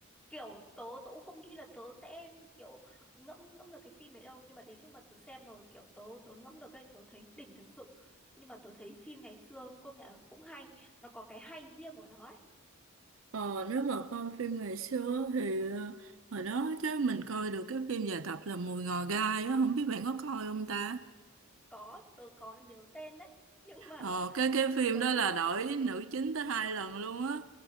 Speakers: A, in the centre; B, on the right.
A: kiểu tớ tớ cũng không nghĩ là tớ sẽ kiểu ngẫm ngẫm được cái phim ấy đâu nhưng mà đến lúc mà tớ xem rồi kiểu tớ tớ ngẫm được ấy tớ thấy đỉnh thật sự nhưng mà tớ thấy phim ngày xưa công nhận là cũng hay nó có cái hay riêng của nó ấy
B: Ờ, nếu mà coi phim ngày xưa thì ờ, hồi đó chứ mình coi được cái phim dài tập là Mùi Ngò Gai á, không biết bạn có coi không ta?
A: có tớ có nhớ tên đấy <laughs> nhưng mà
B: Ờ, cái
A: nhưng
B: cái phim
A: ừ
B: đó là đổi nữ chính tới hai lần luôn á